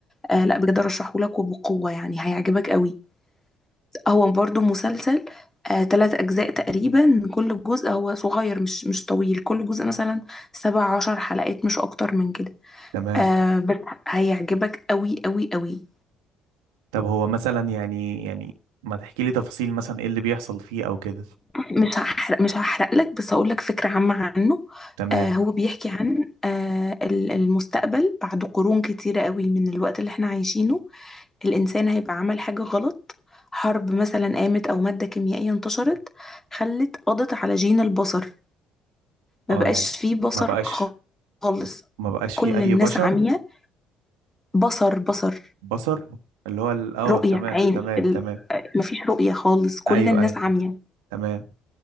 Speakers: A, on the left (about 15°); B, on the right (about 80°).
A: آه لا بجد ارشحهولك وبقوة يعني هيعجبك قوي هو برضو مسلسل آه تلات اجزاء تقريبا كل جزء هو صغير مش مش طويل كل جزء مثلا سبع عشر حلقات مش اكتر من كده
B: تمام
A: آه بس هيعجبك قوي قوي قوي
B: طب هو مثلا يعني يعني ما تحكي لي تفاصيل مثلا ايه اللي بيحصل فيه او كده
A: مش هحرق مش هحرق لك بس هقول لك فكرة عامة عنه
B: تمام
A: آه هو بيحكي عن آه ال- المستقبل بعد قرون كتيرة قوي من الوقت اللي احنا عايشينه الإنسان هيبقى عمل حاجة غلط حرب مثلا قامت أو مادة كيميائية انتشرت خلت قضت على جين البصر ما
B: اه
A: بقاش
B: يعني
A: فيه بصر
B: ما بقاش
A: خ- خالص
B: ما بقاش
A: كل
B: فيه اي
A: الناس
B: بشر
A: عمية بصر بصر
B: بصر اللي هو ال- اه
A: رؤية
B: تمام
A: عين
B: تمام
A: ال...
B: تمام
A: آه، مفيش رؤية خالص كل
B: ايوه
A: الناس
B: ايوه
A: عمية
B: تمام